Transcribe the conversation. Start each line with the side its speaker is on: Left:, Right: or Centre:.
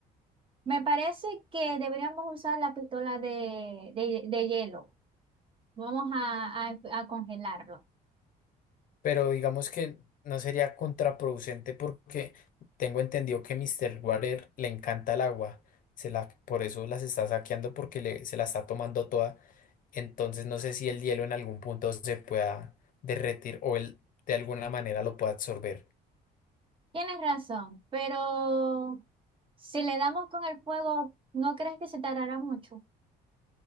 Right: Me parece que deberíamos usar la pistola de, de- de hielo. Vamos a, a a congelarlo.
Left: Pero digamos que no sería contraproducente porque tengo entendido que Mr. Water le encanta el agua. Se la, por eso las está saqueando porque le- se la está tomando toda Entonces no sé si el hielo en algún punto se pueda derretir o él de alguna manera lo pueda absorber.
Right: Tienes razón, pero si le damos con el fuego, ¿no crees que se tardará mucho?